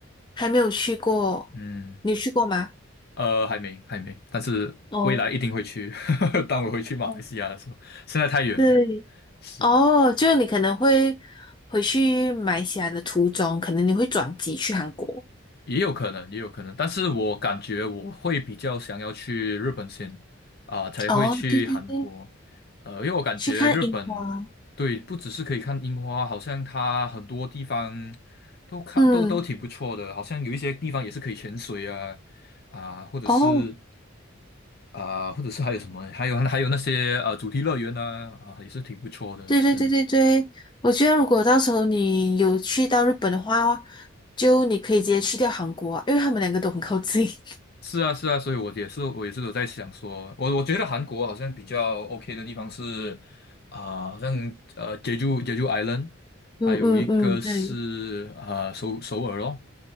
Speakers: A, on the left (about 20°); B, on the left (about 50°).
A: 还没有去过。
B: 嗯，
A: 你有去过吗？
B: 呃，还没还没，但是未来一定会去。
A: 哦，
B: <laughs> 当我回去马来西亚的时候，现在太远了。
A: 对，
B: 是，
A: 哦，就是你可能会回去买起来西亚的途中，可能你会转机去韩国。
B: 也有可能，也有可能，但是我感觉我会比较想要去日本先，啊、才会去韩国，
A: 哦，对对对，
B: 呃，因为我感觉日本，
A: 去看樱花。
B: 对，不只是可以看樱花，好像它很多地方都看都都挺不错的，
A: 嗯，
B: 好像有一些地方也是可以潜水啊，啊、或者是
A: 哦，
B: 啊、或者是还有什么，还有还有那些呃主题乐园啊，啊、也是挺不错的，
A: 对对对对对，
B: 是，
A: 我觉得如果到时候你有去到日本的话，就你可以直接去掉韩国啊，因为他们两个都很靠近。<laughs>
B: 是啊，是啊，所以我也是，我也是有在想说，我我觉得韩国好像比较 OK 的地方是啊、好像呃，Jeju Jeju Island，还有一个是呃首首尔咯，
A: 嗯嗯嗯，对，